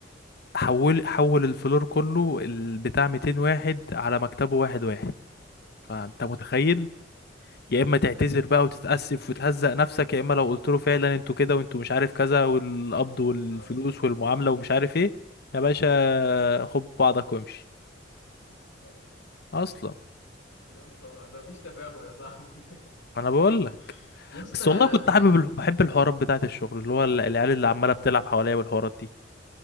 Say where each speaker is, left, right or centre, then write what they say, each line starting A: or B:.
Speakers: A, on the left (about 60°); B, on the left (about 90°).
A: حول حول الفلور كله ال- بتاع 200 واحد على مكتبه واحد واحد فانت متخيل يا اما تعتذر بقى وتتأسف وتهزق نفسك يا اما لو قلت له فعلا انتوا كده وانتوا مش عارف كذا والقبض والفلوس
B: اصلا
A: والمعاملة ومش عارف ايه يا باشا خد بعضك وامشي
B: اصلا
A: اصلا
B: يا نهار ده مفيش تفاهم يا صاحبي
A: ما انا بقول لك
B: <laughs> يا اسطى
A: بس
B: انا
A: والله كنت
B: ب...
A: حابب الح-
B: <laughs>
A: بحب الحوارات بتاعه الشغل اللي هو ال- العيال اللي عماله بتلعب حواليا والحوارات دي